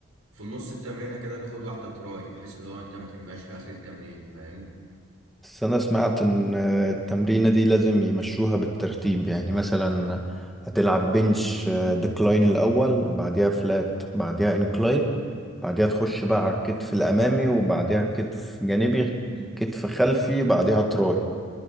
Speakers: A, on the right; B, in the centre.
A: في النص التمرينة كده تاخد واحدة تراي بحيث اللي هو انت ما ترماش في آخر التمرين فاهم
B: بس أنا سمعت إن التمرينة دي لازم يمشوها بالترتيب يعني مثلا هتلعب بنش ديكلاين الأول بعديها فلات بعديها انكلاين بعديها تخش بقى على الكتف الأمامي وبعديها كتف جانبي كتف خلفي بعديها تراي